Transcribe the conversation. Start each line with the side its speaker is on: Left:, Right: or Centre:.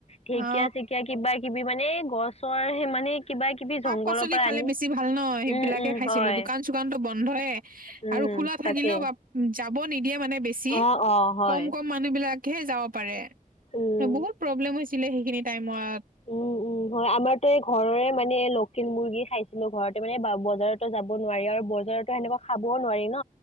Left: ঢেকীয়া
Right: অ
Left: চেকিয়া কিবা কিবি মানে গছৰ সে মানে কিবা কিবি
Right: শাক
Left: জংঘলৰ
Right: পাচলি
Left: পৰা
Right: খালে
Left: আনি
Right: বেছি ভাল ন সেইবিলাকে
Left: উম উম
Right: খাইছিলো
Left: হয়
Right: দোকান চোকানতো বন্ধয়ে
Left: উম
Right: আৰু খোলা
Left: তাকে
Right: থাকিলেও বাপ যাব নিদিয়ে মানে বেছি
Left: অ অ হয়
Right: কম কম মান মানুহ বিলাকহে যাব পাৰে
Left: উম
Right: বহুত প্ৰব্লেম হৈছিলে সেইখিনি টাইমত
Left: উম উম হয় আমাৰতো এই ঘৰৰে মানে লোকেল মুৰ্গী খাইছিলো ঘৰতে মানে বজাৰত যাব নোৱাৰি আৰু বজাৰতো সেনেকুৱা খাবও নোৱাৰি ন